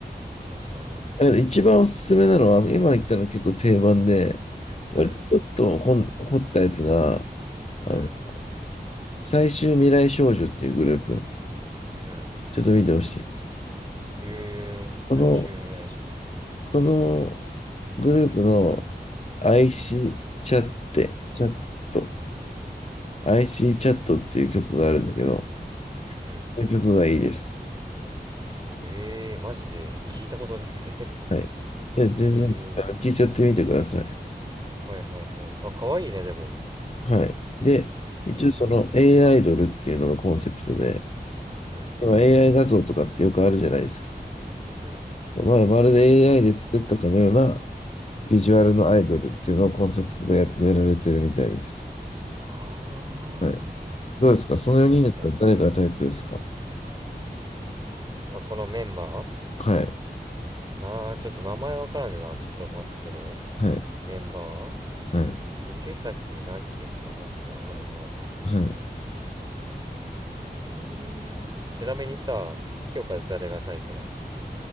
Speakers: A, on the right (about 25°); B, on the left (about 40°).
A: あ、確かに。
B: だけど一番おすすめなのは、今言ったの結構定番で、割とちょっと本掘ったやつが、
A: うん、うん、
B: あの、最終未来少女っていうグループ。
A: うん。
B: ちょっと見てほしい。
A: ええー、最終未来者。
B: この、このグループの IC チャッテ、チャット、IC チャットっていう曲があるんだけど、
A: うん。
B: この曲がいいです。
A: ええー、マジで聞いたことねえ。
B: はい。いや、全然、
A: <laughs>
B: あ聞いちゃってみてください。
A: ええー、はいはいはい。あ、可愛いね、でも。
B: はい。で、
A: うーん、
B: 一応その AI アイアイドルっていうのがコンセプトで、
A: うん、うん、
B: 今
A: うん、
B: AI 画像とかってよくあるじゃないですか。
A: うん。
B: まあ、まるで AI で作ったかのようなビジュアルのアイドルっていうのをコンセプトでややられてるみたいです。
A: ああ、
B: はい。どうですかその4人だったら誰がタイプですか
A: 確かに。あ、このメンバ
B: はい。
A: ーなあ、ちょっと名前わからんでな。ちょっと待ってね。
B: はい。
A: メンバー
B: はい。
A: 藤崎凪とかなんかあるな。
B: はい。
A: えー、ちなみにさ、清香誰がタイプなん